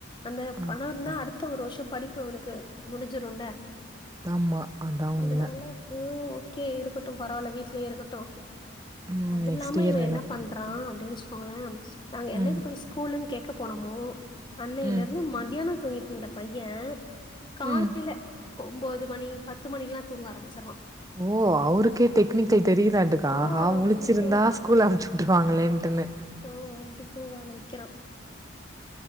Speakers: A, on the left (about 25°); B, on the right (about 15°).
A: அந்த பண
B: ஆமா
A: இருந்தா அடுத்த ஒரு வருஷ படிப்பு இப்போ உனக்கு முடிஞ்சிரும்ல
B: ஆமா அதா உண்ம
A: அதனால ஹம் கே இருக்கட்டும் பரவாயில்ல வீட்லயே இருக்கட்டும்
B: ம்
A: அதுல்லாம
B: நெக்ஸ்ட் இயர்
A: இவன்
B: வேணா
A: என்ன
B: பாத்துக்
A: பண்றான் அப்படின்னு போலாம் நாங்க என்னைக்கு
B: ம்
A: போய் ஸ்கூலு கேக்க போனமோ அன்னையில
B: ம்
A: இருந்து மத்தியம் தூங்கிட்டு இருந்த பையன் காலையில
B: ம்
A: ஒன்பது மணி பத்து மணிக்கெலாம் தூங்க ஆரம்மிச்சுறான்
B: ஓ அவருக்கே டெக்னிக்கல் தெரியதான்ட்டுக்க
A: ஆ
B: அஹா
A: அப்டி
B: முழிச்சிருந்தா
A: தூங்குறா
B: ஸ்கூல் அமைச்சுட்டுருவாங்களேன்ட்டு
A: ஆ அப்டி தூங்க ஆரம்பிக்கிறா